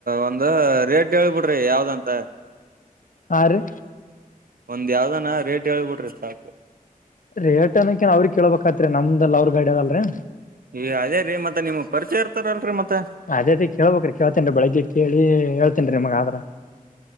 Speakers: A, on the right; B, on the left.
A: ಒಂದು ರೇಟ್ ಹೇಳ್ಬಿಡ್ರಿ ಯಾವ್ ದಂತ
B: ಆರೀ
A: ಒಂದ್ ಯಾವ್ದಾನ ರೇಟ್ ಹೇಳ್ ಬಿಡರಿ ಸಾಕು
B: ರೇಟ್ ಅನಕೇನ್ ಅವ್ರಗೆ ಕೇಳ್ಬೇಕ್ ಆತ್ರಿ ನಮ್ದಲ್ ಅವ್ರ ಗಾಡಿ ಅದಲ್ರರಿ
A: ಈ ಅದೇ ರೀ ಮತ್ತೆ ನಿಮ್ ಪರಿಚಯ ಇರ್ತಾರಲ್ರರಿ ಮತ್ತ
B: ಅದೇ ಅದೇ ಕೇಳ್ಬೇಕ ರೀ ಕೇಳ್ತೇನ್ ರೀ ಬೆಳಿಗ್ಗೆ ಕೇಳಿ ಹೇಳ್ತೇನ್ ರೀ ನಿಮಗ ಆದ್ರ